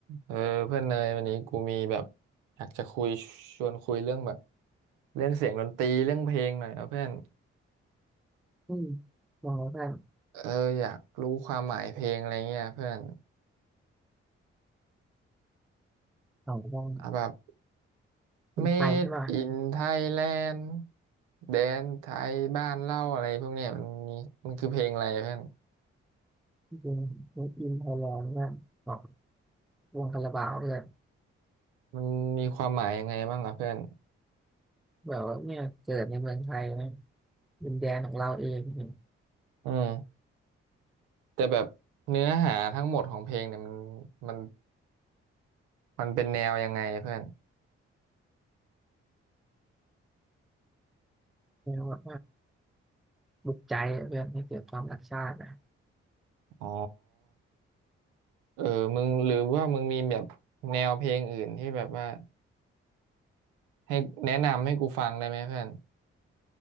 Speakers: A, on the right; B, in the centre.
A: เออเพื่อนเนยวันนี้กูมีแบบอยากจะคุยชวนคุยเรื่องแบบเรื่องเสียงดนตรีเรื่องเพลงหน่อยนะเพื่อน
B: อืมมองว่า
A: เอออยากรู้ความหมายเพลงอะไรเงี้ยเพื่อน
B: เขาต้อง
A: เอาแบบ
B: เป็นไทยใช่ไหม
A: Made in Thailand แดนไทยบ้านเล่าอะไรพวกเนี้ยมันมีมันคือเพลงอะไรเพื่อน
B: จริงๆมีอินไทยแลนด์ว่าของวงคาราบาวเลย
A: มันมีความหมายยังไงบ้างอ่ะเพื่อน
B: แบบว่าเนี่ยเกิดในเมืองไทยนะดินแดนของเราเองเนี่ย
A: อืมแต่แบบเนื้อหาทั้งหมดของเพลงเนี่ยมันมันมันเป็นแนวยังไงเพื่อน
B: เรียกว่าบุกใจเรื่องให้เกิดความรักชาตินะ
A: อ๋อ เออมึงหรือว่ามึงมีแบบแนวเพลงอื่นที่แบบว่าให้แนะนำให้กูฟังได้ไหมเพื่อน